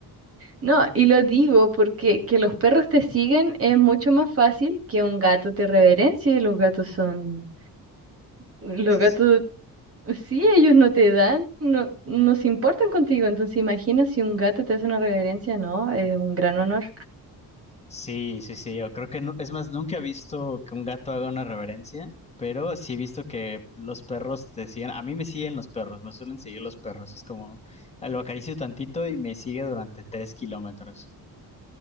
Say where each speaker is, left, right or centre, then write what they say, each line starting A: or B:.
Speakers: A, on the right (about 35°); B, on the left (about 15°).
A: No, y lo digo porque que los perros te sigan es mucho más fácil que un gato te reverencie. Los gatos son, los
B: Sí,
A: gatos, sí, ellos no te dan, no, no se importan contigo. Entonces imagina si un gato te hace una reverencia, no, es un gran honor.
B: Sí, sí, sí, yo creo que no, es más, nunca he visto que un gato haga una reverencia, pero sí he visto que los perros te siguen, a mí me siguen los perros, me suelen seguir los perros, es como, ah, lo acaricio tantito y me sigue durante tres kilómetros.